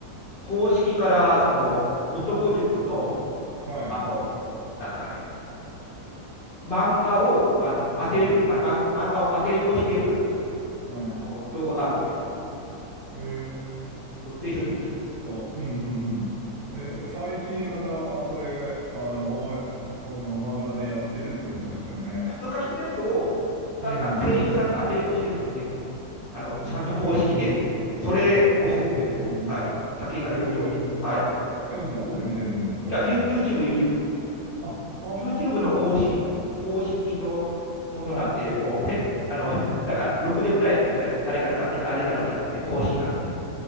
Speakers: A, on the left; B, on the right.
A: 公式から、その、男塾の、
B: はい。
A: あの、なんですかね、漫画を、あの、当てれ、
B: はい。
A: あ、漫漫画を当てれこしてる、
B: はい。
A: あの、動画があるんですよ。
B: うん。
A: もうぜひぜひ。
B: えっと、うんうんうん。
A: うん。
B: え、最近また、あ、それ、あの、おいあの、漫画でやってるってことですよね。
A: いや、昔のやつを、誰か声優さんが当てれこしてるんですね。
B: うん。
A: あの、
B: うーん。
A: ちゃんと公式で。それ、
B: ああ、
A: おすすめです。
B: うん
A: はい。先駆け男塾。
B: うん。えー、
A: はい。い
B: え、どこで見れるんですか、
A: や、
B: それって。
A: ユ YouTube、YouTube。
B: あ、ああ、
A: YouTube の公式、
B: そうなんですね。
A: 公式のものなんで、
B: は
A: もう変、あの、
B: い。は
A: だから、ろくでもないやつじゃないですよ。誰か勝手に上げたのじゃなくて、公式なんで。